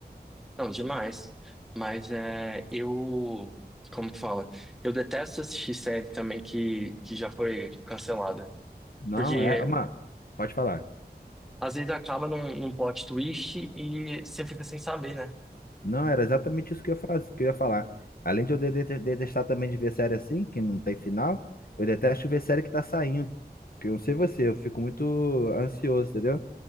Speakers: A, in the centre; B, on the left.
A: Não, demais. Mas é, eu. Como que fala? Eu detesto assistir série também que, que já foi cancelada.
B: Não,
A: Porque
B: é, uma, pode falar.
A: às vezes acaba num, num plot twist e você fica sem saber, né?
B: Não, era exatamente isso que eu ia fazer, que eu ia falar. Além de eu dete- detestar também de ver série assim, que não tem final, eu detesto ver série que tá saindo. Que eu não sei você, eu fico muito ansioso, entendeu?